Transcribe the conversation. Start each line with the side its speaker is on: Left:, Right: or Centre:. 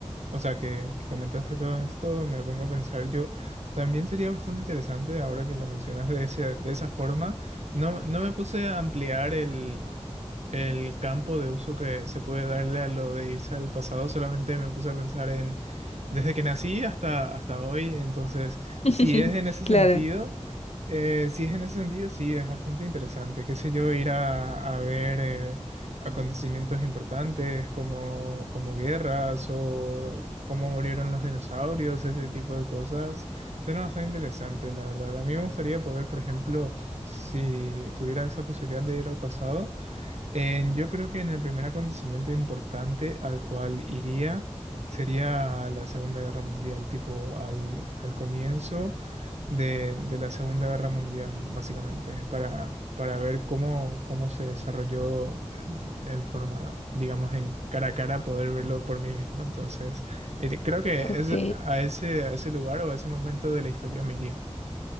Right: o sea, que, que comentaste todo esto, me pongo a pensar, yo también sería bastante interesante ahora que lo mencionas de ese, de esa forma. No, no me puse a ampliar el, el campo de uso que se puede darle a lo de irse al pasado, solamente me puse a pensar en desde que nací hasta, hasta hoy. Entonces,
Left: <laughs>
Right: si es en ese
Left: Claro.
Right: sentido. Eh, si es en ese sentido, sí, es bastante interesante. Qué sé yo, ir a, a ver. eh, acontecimientos importantes como, como guerras o cómo murieron los dinosaurios, ese tipo de cosas. Suena bastante interesante, la verdad. A mí me gustaría poder, por ejemplo, si tuviera esa posibilidad de ir al pasado, en- yo creo que en el primer acontecimiento importante al cual iría sería la Segunda Guerra Mundial, tipo al, al comienzo de, de la Segunda Guerra Mundial, básicamente, para, para ver cómo, cómo se desarrolló en, en forma, digamos, en cara a cara, poder verlo por mí mismo. Entonces, ir- creo que
Left: Ok,
Right: es a ese, a ese lugar o a ese momento de la historia me iría.